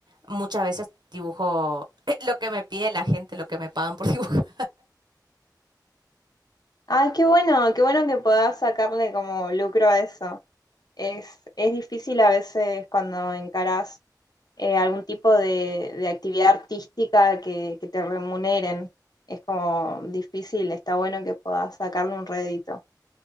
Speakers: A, on the right; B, on the left.
A: Muchas veces dibujo <laughs> lo que me pide la gente, lo que me pagan por <laughs> dibujar.
B: Ah, qué bueno, qué bueno que puedas sacarle como lucro a eso. Es, es difícil a veces cuando encarás eh, algún tipo de, de actividad artística que, que te remuneren. Es como difícil, está bueno que puedas sacarle un rédito.